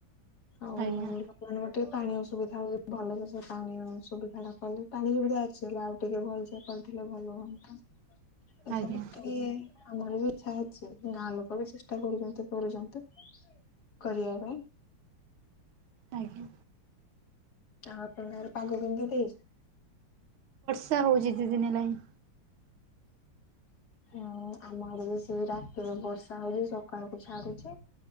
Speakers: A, on the left (about 50°); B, on the right (about 80°).
A: ଆଉ
B: ଆଜ୍ଞା
A: ଲୋକମାନଙ୍କ ଟିକେ ପାଣି ଅ ସୁୁବିଧା ହ ଭଲସ ସେ ପାଣି ସୁବିଧା ଟା କଲେ ପାଣି ସୁବିଧା ଅଛି ହେଲା ଆଉ ଟିକେ ଭଲସେ ଥିଲେ ଭଲ ହୁଅନ୍ତା ଏସବୁ
B: ଆଜ୍ଞା
A: ଟିକେ ଆମର ବି ଇଚ୍ଛା ଅଛି ଗାଁ ଲୋକ ବି ଚେଷ୍ଟା କରୁଛନ୍ତି କରୁଛନ୍ତି। କରିବା ପାଇଁ
B: ଆଜ୍ଞା।
A: ଆଉ ଅପଙ୍କ ଆଡ଼େ ପାଗ କେମିତି ଦେଇଛି?
B: ଚା ହଉଛି ଦି ଦିନି ଦେଲାଣି।
A: ହଁ ଆମ ଆଡ଼େ ବି ସେ ରାତିରେ ବର୍ଷା ହଉଛି ସକାଳକୁ ଛାଡୁଛି।